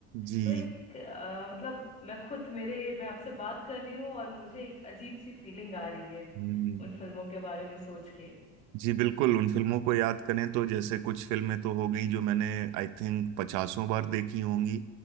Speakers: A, on the right; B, on the left.
A: जी
B: तो एक अ, मतलब मैं खुद मेरे मैं आपसे बात कर रही हूँ और मुझे एक अजीब सी फीलिंग आ रही है
A: हम्म,
B: उन फिल्मों के बारे में सोच के
A: जी बिल्कुल उन फिल्मों को याद करें तो जैसे कुछ फिल्में तो हो गई जो मैंने आई थिंक पचासों बार देखी होंगी